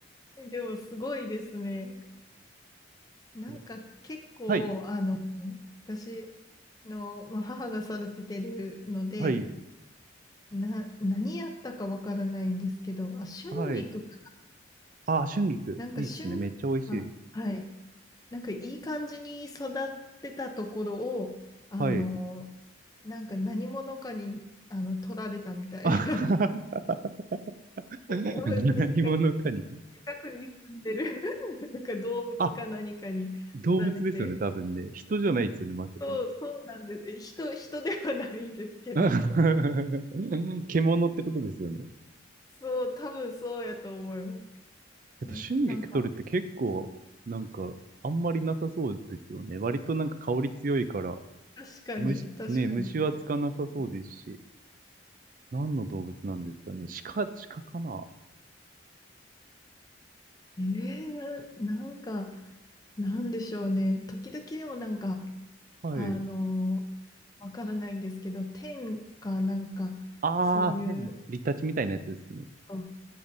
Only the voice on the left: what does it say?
でもすごいですね。なんか結構、
あの、私の、まあ、母が育ててるので、
な、何やったかわからないんですけど、あ、春菊か
なんか瞬あはい。
なんかいい感じに育ってたところを、あの、
なんか何者かに、あの、取られたみたいな。
<laughs>
多分ね、
近くに住んでる <laughs> なんか動物か何かに取られて、
そう、そうなんです。人、人ではないんですけど、
そう、多分そうやと思います。
うんなんか、
確かに、
確かに。
え
ー、な、なんか、なんでしょうね。時々でもなんか、
あの、わからないんですけど、天かなんか、
そういう、
うん